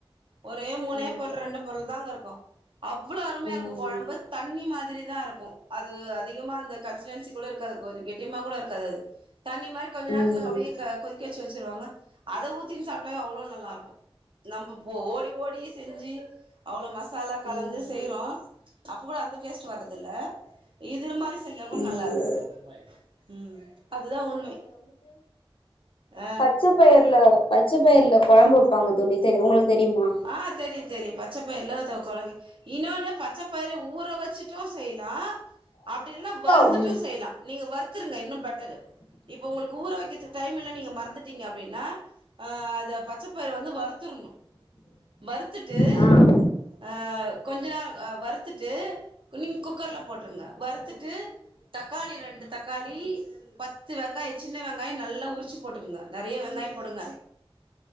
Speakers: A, on the right (about 65°); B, on the left (about 65°).
A: ஒரே மூனே
B: ஆமா
A: பொருள் ரெண்டு பொருள் தாங்க இருக்கு அவ்ளோ அருமையா
B: ம்
A: இருக்கும் குழம்பு தண்ணி மாரி மாத்ரி தா இருக்கும் அது அதிகமா அந்த கன்சிடன்சி கூட இருக்காது கொஞ்சம் கெட்டிமா கூட இருக்காது அது தண்ணிமாரி <unintelligible> துல
B: ம்
A: அப்டியே க கொதிக்க வச்சு ச்சு வச்சுருவாங்க அத ஊத்தின் சாப்ட்ட அவ்வளவு நல்லா இருக்கும் நம்ம ஓடி ஓடி செஞ்சு அவ்வளவு மஸ் மசாலா கலந்து
B: ம்
A: செய்றோ அப்ப கூட அந்த டேஸ்ட் வர்தல இது மாரி செஞ்சா கூட
B: ம்
A: நல்லா இருக்கு ம் அதுதான் உண்மை ஆ
B: பச்சப்பயர்ல பச்சப்பயிரல குழம்பு வப்பாங்க தோழி தெரி உங்களுக்கு தெரியுமா
A: ஆ தெரிது தெரி பச்ச வெள்ள <unintelligible> இன்னொனூ பச்ச பயிர ஊற வச்சுட்டும் செய்யலாம் அப்டின்னா வருத்துட்டும்
B: ம்
A: செய்யலாம் நீங்க வருத்துருங்க இன்னும் பெட்டரு இப்ப உங்களுக்கு ஊற வைக்கிறதுக்கு டைம் இல்ல நீங்க மறந்துட்டீங்க அப்டின்னா ஆ அத பச்சப்பயிற வந்து வருத் துருனு வருறுத்துட்டு
B: ம்
A: அ கொஞ்ச நாள் வருறுத்துட்டு நீங் குக்கர்ல போட் விட்ருங்க வருத்துட்டு தக்காளி ரெண்டு தக்காளி பத்து வெங்காயோ சின்ன வெங்காய நல்லா உரிச்சி போட்டுக்குங்க நெறைய வெங்காயொ போடுங்க